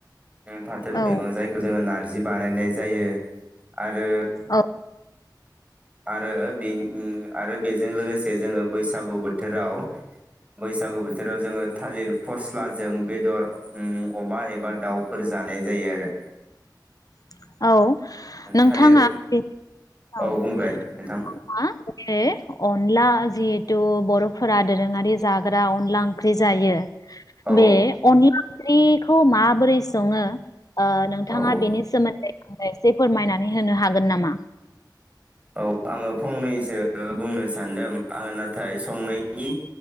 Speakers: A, on the right; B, on the left.
A: फाथो मैगं
B: औ
A: जायखौ जों नार्जि बानायनाय ज जायो आरो
B: औ
A: आरो बे ओम आरो बेजों लोगोसे जोङो बैसागु बोथोराव बैसागु बोथोराव जोङो थालिर फस्लाजों बेदर ओम अमा एबा दाउफोर जानाय जायो आरो
B: <inaudible> औ नोंथाङा
A: थालिर
B: <unintelligible>
A: औ बुंबाय नोंथां
B: अके अनला जिहेथु बर'फोरा दोरोङारि जाग्रा अनला ओंख्रि जायो।
A: औ
B: बे अनला ख्रिखौ माबोरै सङो ओ नोंथाङा
A: औ औ
B: बेनि सोमोन एसे फोरमायनानै होनो हागोन नामा
A: औ आङो फंनैसो बुंनो सान्दों आङो नाथाय संनायनि